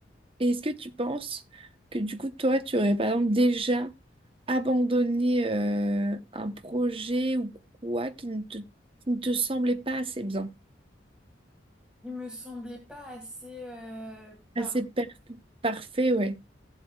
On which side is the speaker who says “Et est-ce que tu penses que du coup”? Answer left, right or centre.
Right